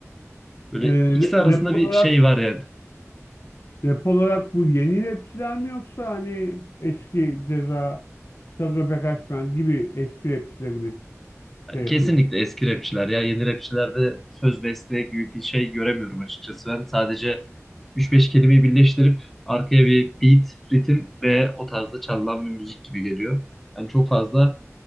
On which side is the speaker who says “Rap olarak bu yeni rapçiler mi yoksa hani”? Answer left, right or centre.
Left